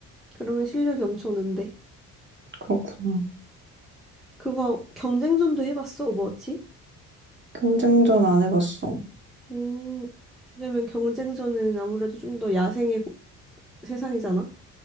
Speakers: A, in the centre; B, on the right (about 25°).
A: 그러면 실력이 엄청 는데.
B: 그렇구나.
A: 그거 경쟁전도 해봤어, 오버워치?
B: 경쟁전 안 해봤어.
A: 음, 왜냐면 경쟁전은 아무래도 좀 더 야생의 고- 세상이잖아?